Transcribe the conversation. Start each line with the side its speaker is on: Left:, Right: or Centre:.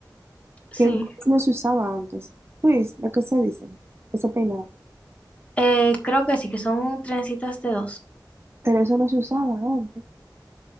Left: sí,
Right: que no se usaba antes. Tweets, lo que se dicen, ese peinado.
Left: eh, creo que sí, que son trencitas de dos.
Right: Pero eso no se usaba antes.